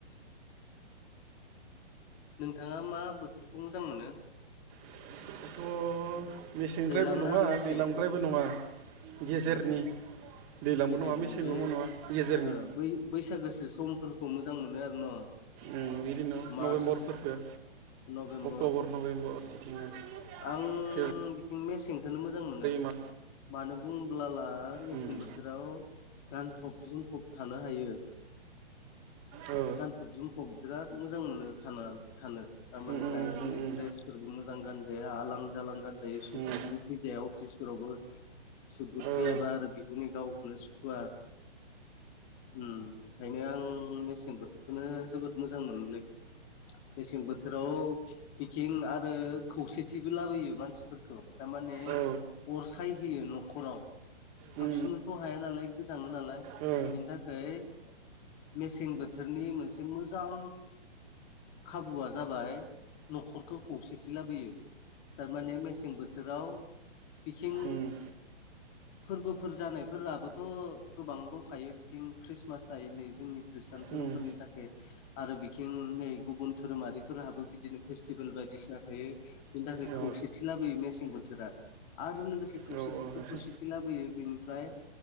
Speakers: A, on the left; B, on the right.
A: नोंथाङा मा बोथोरखौ मोजां मोनो?
B: आंथ' मेसेंद्रायबो
A: दैलांना
B: नङा
A: मेसेंखौ
B: दैलांद्रायबो नङा गेजेरनि।
A: उम उम
B: दैज्लांबो
A: गेजेरनि
B: नङा मेसेंबो
A: बे
B: नङा गेजेरनि
A: ओ बै बैसागोसो समफोरखौ मोजां मोनो आरो न'?
B: उम बिदिनो
A: मार्च
B: नभेम्बरफोरखौ
A: नभेम्बर
B: अक्ट'बर नभेम्बर थिं
A: आं
B: फेब्रुवारि
A: बेथिं मेसेंखौनो मोजां मोनो
B: मा
A: मानो बुंब्लाला मेसेंबोथो
B: उम
A: राव गानफब जोमफब थानो हायो।
B: ओ।
A: फब जोमफब बिराद मोजां मोनो थानो थानो थारमाने
B: उम उम
A: दायोथ' नै
B: उम
A: ड्रेसफोरबो मोजां गानजाया आलां जालां गानजायो सुट
B: उम
A: बुतबो फैजाया अफिसफोरावबो सुट बुत फैयाबा
B: उम ओ
A: आरो बिदिनो गावखौनो सुखुवा ओम ओंखायनो आं मेसें बोथोरखौनो जोबोद मोजां मोनोलै। मेसें बोथोराव बिखिं आरो खौसेथिबो लाबोयो मानसिफोरखौ थारमाने
B: ओ औ
A: अर सायहोयो न'खराव।
B: उम ओ उम
A: खुसुनोथ' हाया नालाय गोजाङो नालाय
B: ओ
A: बिनि थाखाय मेसें बोथोरनि मोनसे मोजां खाबुआ जाबाय न'खरखौ खौसेथि लाबोयो। थारमाने मेसें बोथोराव बिथिं
B: उम
A: फोरबो फोर जानायफोराबोथ' गोबां दंखायो बिथिं खृस्मास जाय नै जोंनि खृष्टान धोरोमफोरनि
B: उम
A: थाखाय आरो बिथिं नै गुबुन धोरोमारिफोरहाबो बिदिनो फेस्टिभेल बायदिसिना थायो। बिनि थाखाय
B: ओ
A: खौसेथि लाबोयो मेसें बोथोरा आरो लोगोसे खौसेथिथ'
B: औ औ
A: खौसेथि लाबोयो बिनिफ्राय